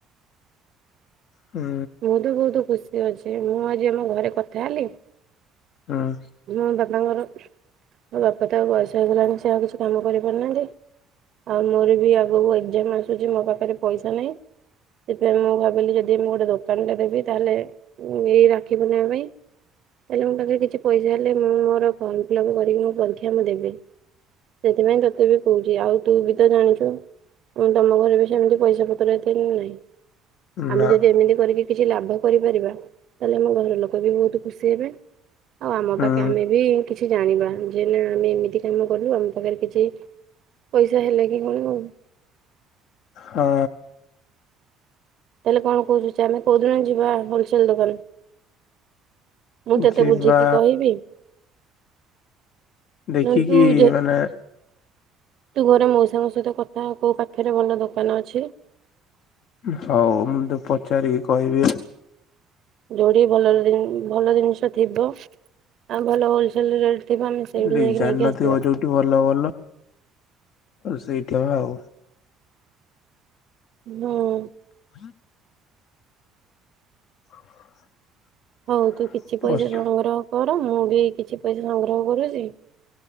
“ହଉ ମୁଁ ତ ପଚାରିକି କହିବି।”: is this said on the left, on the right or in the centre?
Left